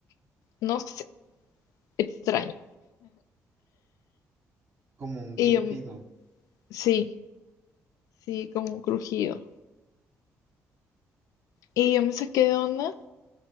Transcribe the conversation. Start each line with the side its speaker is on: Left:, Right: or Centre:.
Left: no sé, extraño.
Right: Como un
Left: Y
Right: crujido.
Left: yo, sí. Sí, como un crujido. Y yo me saqué de onda.